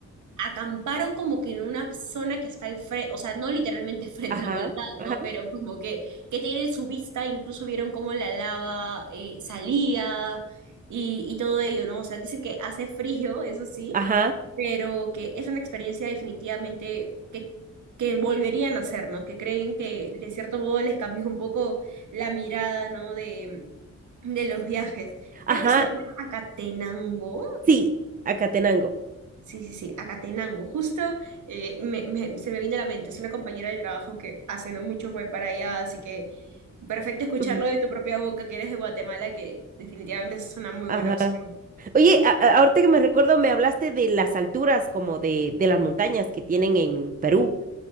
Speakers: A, on the right; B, on the right.
A: acamparon como que en una zona que está al frente, o sea, no literalmente <laughs> frente
B: Ajá,
A: al volcán,
B: ajá,
A: ¿no? Pero como que, que tiene su vista, incluso vieron cómo la lava eh, salía y, y todo ello, ¿no? O sea, dicen que hace frío, <laughs> eso sí,
B: ajá,
A: pero que es una experiencia definitivamente que, que volverían a hacer, ¿no? Que creen que de cierto modo les cambió un poco la mirada, ¿no? De, de los viajes.
B: ajá,
A: Creo que se llama Acatenango.
B: sí, Acatenango.
A: Sí, sí, sí, Acatenango. Justo eh, me- me- se me vino a la mente. Es una compañera del trabajo que hace no mucho fue para allá, así que perfecto escucharlo
B: Ujú.
A: de tu propia boca, que eres de Guatemala, que definitivamente es una muy
B: Ajá.
A: buena opción.
B: Oye, a- a- ahorita que me recuerdo, me hablaste de las alturas, como de, de las montañas que tienen en Perú.